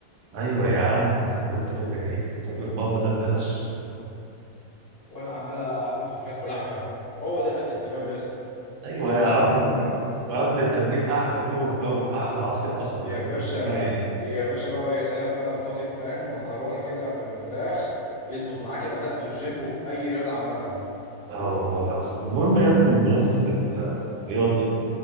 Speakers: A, on the right; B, in the centre.
A: ايوه يا عم وانت فاكر ايه فاكر البامب ده ببلاش
B: وانا عمال اكل في فراخ ولحمه هو ده الاكل التمام يا اسطى
A: ايوه يا
B: كشري
A: عم
B: فاهم
A: وقبل التمرين احلى بري ورك اوت احلى عصير قصب
B: يا
A: يا عم
B: باشا
A: انت بتقول ايه
B: يا باشا بقى ويا سلام بقى لو طاجن فاهم مكرونه كده بالفراخ يظبط معاك الاداء في الجيم وفي اي رياضه عامه
A: اه والله العظيم المهم يا ابني بمناسبه ال- الرياضه